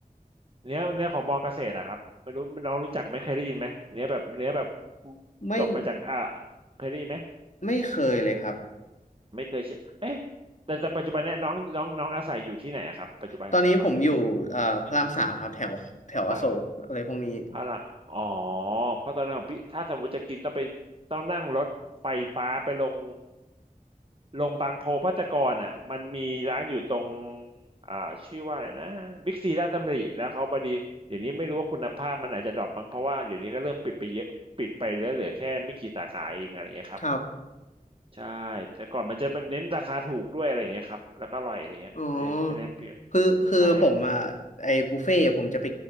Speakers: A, on the right; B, on the left.
A: เนื้อเนื้อของมอเกษตรอะครับไม่รู้น้องรู้จักไหม่เคยได้ยินไหมเนื้อแบบเนื้อแบบ
B: ไม่
A: จบมาจากอ่าเคยได้ยินไหม
B: ไม่เคยเลยครับ
A: ไม่เคยเชื่อเอ๊ะแต่แต่ปัจจุบันเนี้ยน้องน้องน้องอาศัยอยู่ที่ไหนอะครับปัจจุบันปัจจุบัน
B: ตอนนี้ผมอยู่เอ่อพระรามสามครับแถวแถวอโศกอะไรพวกนี้
A: พระพระละอ๋อเพราะตอนนั้นของพี่ถ้าสมมติจะกินต้องไปต้องนั่งรถไฟฟ้าไปลง ลงบางโพภัตรกรอ่ะมันมีร้านอยู่ตรงอ่าชื่อว่าอะไรนะบิ๊กซีลาชดตำริแล้วเขาบดีเดี๋ยวนี้ไม่รู้ว่าคุณภาพมันอาจจะดรอปบ้างเพราะว่าเดี๋ยวนี้ก็เริ่มปิดไปเยอะปิดไปเหลือเหลือแค่ไม่กี่สาขาเองอะไรอย่างเงี้ยครับ
B: ครับ
A: ใช่แต่ก่อนมันจะเน้นราคาถูกด้วยอะไรอย่างเงี้ยครับแล้วก็อร่อยอะไรเงี้ยไม่ได้ไม่ได้เปรี้ยว
B: อ๋อคือคือผมอ่ะไอ้บุฟเฟ่ต์ผมจะไป
A: ใช่